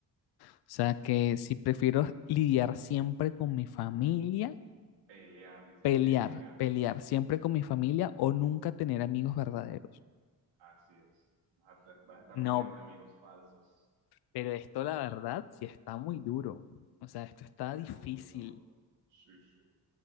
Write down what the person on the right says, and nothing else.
Pelear, dice
pelear.
Sí,
Así es. Vas a, estar vas a estar
rodeado de amigos falsos.
Está
duro, está duro. Sí, sí.